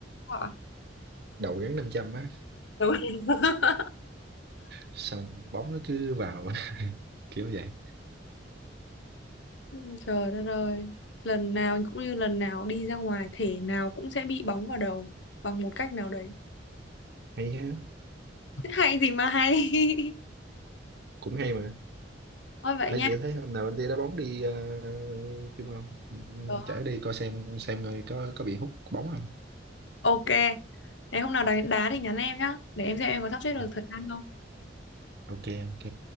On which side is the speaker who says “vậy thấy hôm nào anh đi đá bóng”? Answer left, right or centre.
Right